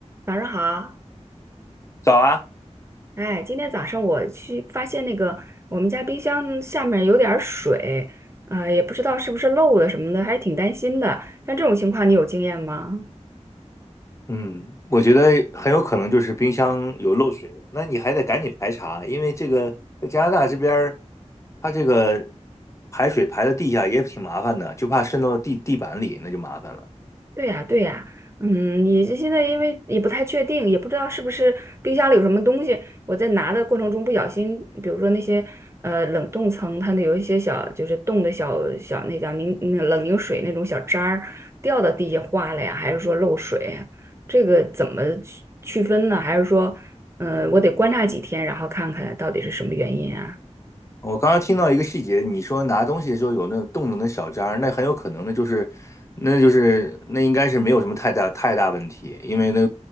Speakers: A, on the right; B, on the left.
A: 早上好，
B: 早啊，
A: 哎，今天早上我去发现那个我们家冰箱下面有点儿水，啊、也不知道是不是漏的什么的，还挺担心的。像这种情况，你有经验吗？
B: 嗯，我觉得很有可能就是冰箱有漏水，那你还得赶紧排查，因为这个在加拿大这边儿，它这个排水排到地下也挺麻烦的，就怕渗到地地板里，那就麻烦了。
A: 对呀，对呀，嗯，你这现在因为也不太确定，也不知道是不是冰箱里有什么东西，我在拿的过程中不小心，比如说那些呃冷冻层，它那有一些小就是冻的小小那叫凝那冷凝水那种小渣儿掉到地下化了呀，还是说漏水呀这个怎么区区分呢？还是说，嗯、我得观察几天，然后看看到底是什么原因啊？
B: 我刚刚听到一个细节，你说拿东西的时候有那个洞动的小渣儿，那很有可能的就是，那就是那应该是没有什么太大太大问题，因为那